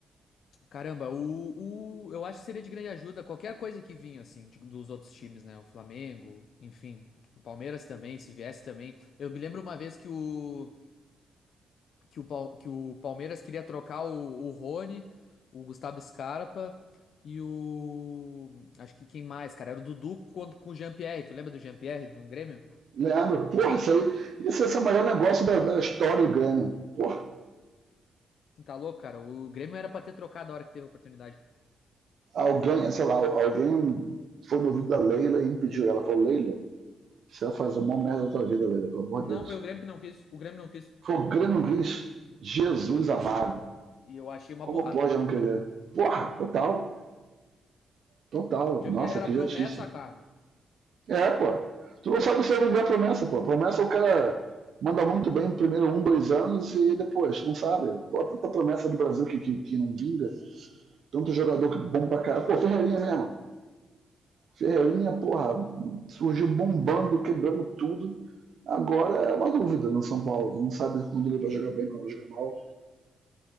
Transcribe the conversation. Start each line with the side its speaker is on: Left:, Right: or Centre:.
Left: Caramba, o, o. Eu acho que seria de grande ajuda qualquer coisa que vinha, assim, de- dos outros times, né? O Flamengo, enfim. O Palmeiras também, se viesse também. Eu me lembro uma vez que o. Que o, Pal- que o Palmeiras queria trocar o, o Rony, o Gustavo Scarpa e o. Acho que quem mais, cara? Era o Dudu quanto com o Jean-Pierre. Tu lembra do Jean-Pierre do Grêmio?
Right: Leandro, porra, isso aí. Isso esse é o maior negócio da, da história do Grêmio. Porra,
Left: Você tá louco, cara? O Grêmio era pra ter trocado a hora que teve a oportunidade.
Right: alguém, sei lá, alguém foi no ouvido da Leila e impediu ela. Falou, Leila, você vai fazer uma merda da tua vida, Leila, pelo amor
Left: Não,
Right: de Deus.
Left: foi o Grêmio que não quis. O Grêmio não quis.
Right: Foi o Grêmio Riz, Jesus
Left: Não quis.
Right: amado.
Left: E eu achei uma
Right: Como
Left: burrada.
Right: pode não querer? Porra, total, total.
Left: O Jean-Pierre
Right: Nossa,
Left: era
Right: que justiça.
Left: promessa, cara.
Right: É, pô. Tu não sabe se vai vingar a promessa, pô. Promessa o cara manda muito bem no primeiro um, dois anos e depois, tu não sabe. Pô, tanta promessa do Brasil que, que, que não vinga. Tanto jogador que bom pra caralho. Pô, Ferreirinha mesmo. Ferreirinha, porra, surgiu bombando, quebrando tudo. Agora é uma dúvida no São Paulo. Tu não sabe quando ele
Left: Sim,
Right: vai jogar bem, quando vai jogar mal.